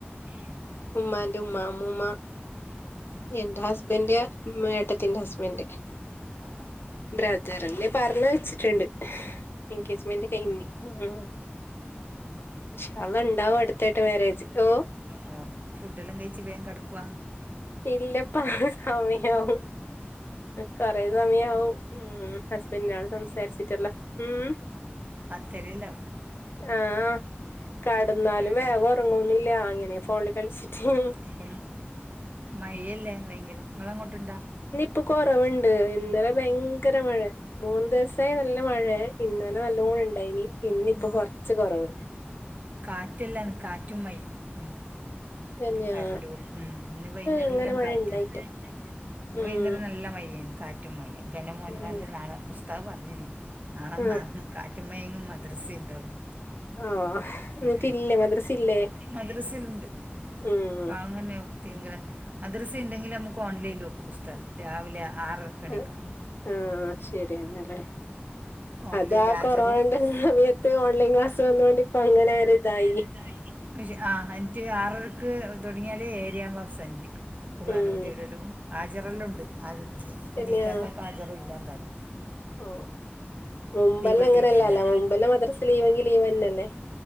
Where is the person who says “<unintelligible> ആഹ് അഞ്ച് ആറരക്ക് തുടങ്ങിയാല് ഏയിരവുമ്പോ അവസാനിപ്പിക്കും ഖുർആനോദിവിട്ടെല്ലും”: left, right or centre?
Right